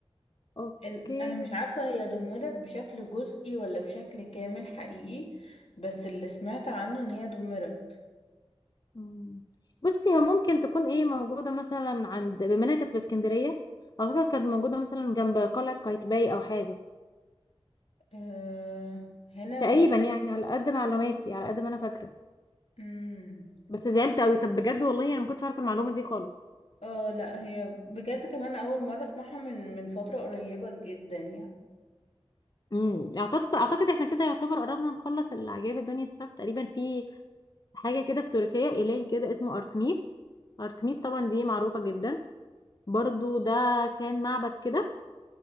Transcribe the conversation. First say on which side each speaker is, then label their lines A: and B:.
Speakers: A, on the left (about 40°); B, on the left (about 75°).
A: اوكي
B: إن- انا مش عارفه هي دمرت بشكل جزئي ولا بشكل كامل حقيقي بس اللي سمعت عنه ان هي دمرت
A: مم. بصي هو ممكن تكون ايه موجودة مثلا عند بما انها كانت في اسكندرية اعتقد كانت موجودة مثلا جنب قلعة قايتباي او حاجة
B: آه هنا
A: تقريبا
B: و...
A: يعني على قد معلوماتي على قد ما انا فاكرة
B: مم.
A: بس زعلت قوي طب بجد والله انا ما كنتش عارفه المعلومه دي خالص
B: اه لا هي بجد كمان اول مره اسمعها من من فتره قريبه جدا يعني
A: امم اعتقد اعتقد احنا كده يعتبر قربنا نخلص العجائب الدنيا السبت تقريبا في حاجه كده في تركيا اله كده اسمه ارتميس ارتميس طبعا دي معروفه جدا برضو ده كان معبد كده